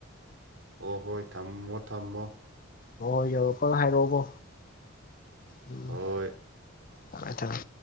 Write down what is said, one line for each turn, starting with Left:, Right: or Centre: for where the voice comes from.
Right: ꯑꯣ ꯍꯣꯏ ꯊꯝꯃꯣ ꯊꯝꯃꯣ
Left: ꯍꯣꯏ ꯍꯣꯏ ꯌꯧꯔꯛꯄꯒ ꯍꯥꯏꯔꯛꯑꯣꯀꯣ ꯎꯝ
Right: ꯍꯣꯏ
Left: ꯊꯝꯃꯦ ꯊꯝꯃꯦ